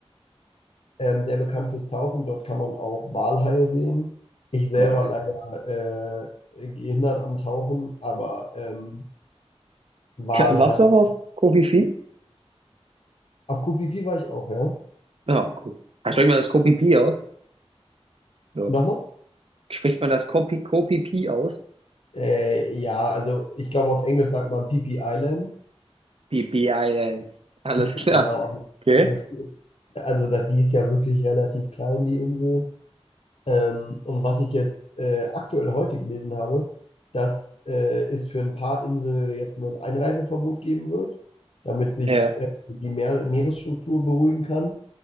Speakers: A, on the left; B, on the right.
A: ähm, sehr bekannt fürs Tauchen, dort kann man auch Walhaie sehen. Ich selber
B: Geil.
A: leider äh, gehindert am Tauchen, aber ähm, Walhaie.
B: Ka- Warst du auch auf Kofi-Fi?
A: Auf Koh Phi Phi war ich auch, ja.
B: Ja, gut. Ah, Spricht man das Kopi-Pi aus? Ja.
A: Nochmal?
B: Spricht man das Kopi Kopi-Pi aus?
A: Äh, ja, also ich glaube auf Englisch sagt man Phi Phi Islands.
B: Pipi-Islands. Alles
A: Genau,
B: klar. Okay.
A: das, also das, die ist ja wirklich relativ klein, die Insel. Ähm, und was ich jetzt äh, aktuell heute gelesen habe, dass äh, es für ein paar Inseln jetzt ein Einreiseverbot geben wird, damit sich
B: Ja. <laughs>
A: äh, die Meer Meeresstruktur beruhigen kann.